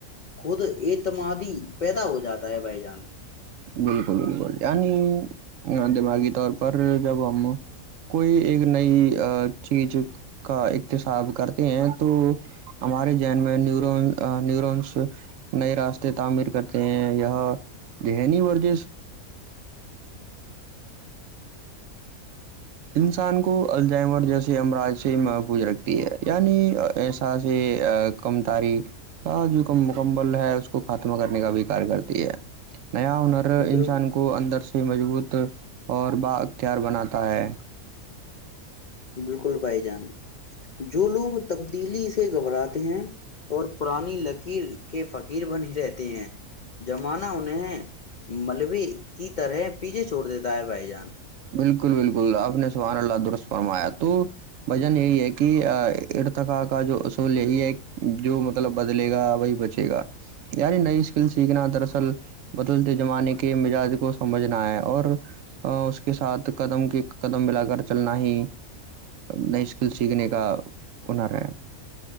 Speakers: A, on the left; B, on the right.
A: خود ایک اعتمادی پیدا ہو جاتا ہے بھائی جان
B: بالکل بالکل یعنی دماغی طور پر جب ہم کوئی ایک نئی چیز کا اقتساب کرتے ہیں تو ہمارے ذین میں نیورون نیورونس نئے راستے تعمیر کرتے ہیں یہ دہنی وردیش انسان کو الجائمر جیسے امراج سے محفوظ رکھتی ہے یعنی ای سا سے کم تاریخ جو کم مکمل ہے اس <unintelligible> ختم کرنے کا بھی کار کرتی ہے نیا ہنر
A: بال
B: انسان کو اندر سے مضبوط اور با اختیار بناتا ہے
A: بالکل بھائی جان جو لوگ تبدیلی سے گھبراتے ہیں اور پرانی لکیر کے فقیر بن ہی رہتے ہیں زمانہ انہیں ملبے کی طرح پیچھے چھوڑ دیتا ہے بھائی جان
B: بالکل بالکل آپ نے سبحان اللہ درست فرمایا تو بھائی جان یہی ہے کہ ارتقا کا جو اصول یہی ہے جو مطلب بدلے گا وہی بچے گا یعنی نئ اسکل سیکھنا دراصل بدلتے زمانے کے مزاج کو سمجھنا ہے اور اس کے ساتھ قدم کے قدم ملا کر چلنا ہی نئی اسکل سیکھنے کا ہنر ہے